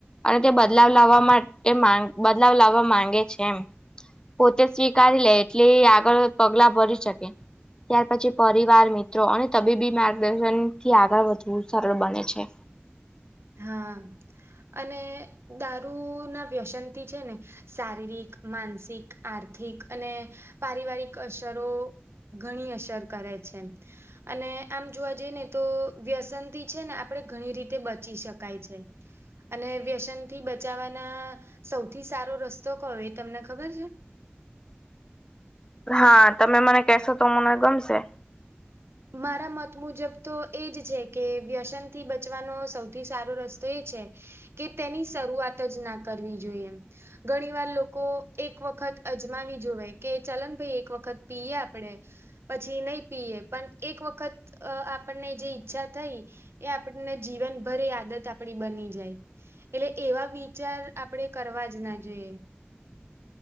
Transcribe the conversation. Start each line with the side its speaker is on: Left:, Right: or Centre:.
Left: અને તે બદલાવ લાવવા માટે માંગ બદલાવ લાવવા માંગે છે એમ. પોતે સ્વીકારી લે એટલે એ આગળ પગલા ભરી શકે. ત્યાર પછી પરિવાર, મિત્રો અને તબીબી માર્ગદર્શનથી આગળ વધવું સરળ બને છે.
Right: હા અને દારૂ ના વ્યસન થી છે ને શારીરિક, માનસિક, આર્થિક અને પારિવારિક અસરો ઘણી અસર કરે છે. અને આમ જોવા જઈએ ને તો વ્યસન થી છે ને આપણે ઘણી રીતે બચ બચી શકાય છે. અને વ્યસનથી બચાવવાના સૌથી સારો રસ્તો કયો એ તમને ખબર છે?
Left: હા તમે મને કશો તો મને ગમશે. <inaudible>
Right: મારા મત મુજબ તો એજ છે કે વ્યસન થી બચવાનો સૌથી સારો રસ્તો એ જ છે કે તેની શરૂઆત જ ના કરવી જોઈએ. ઘણી વાર લોકો એક વખત અજમાવી જોવે કે ચાલો ને ભાઈ એક વખત પીએ આપણેે પછી નય પીએ પણ એક વખત આપણને જે ઈચ્છા થઈ એ આપણને જીવનભર એ આદત આપણી બની જાય. એટલે એવા વિચાર આપણે કરવા જ ના જોઈએ.